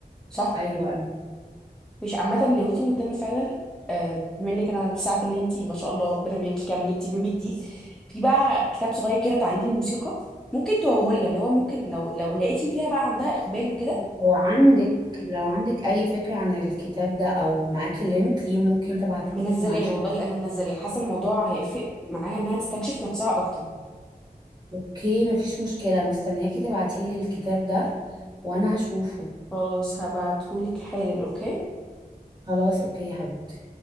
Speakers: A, in the centre; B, on the right.
A: صح
B: ايوه أنا-
A: مش عامه لو انت مهتمه فعلا آه، بما انك انا لسه عارفه ان انت ما شاء الله ربنا يبارك لك يعني جبتي بيبي جديد في بقى كتاب صغير كده تعليم الموسيقى ممكن توهولها اللي هو ممكن لو لو لقيتي فيها بقى عندها اقبال وكده
B: لو عندك لو عندك اي فكره عن الكتاب ده او معاكي لينك ليه ممكن تبعتهولي
A: منزلاه
B: ما عنديش
A: والله انا منزلاه حاسه الموضوع هيفرق معاها انها تستكشف نفسها اكتر
B: اوكي مفيش مشكلة مستنياكي تبعتيلي الكتاب ده وانا هشوفه
A: خلاص هبعتهولك حالا اوكي
B: خلاص اوكي يا حبيبتي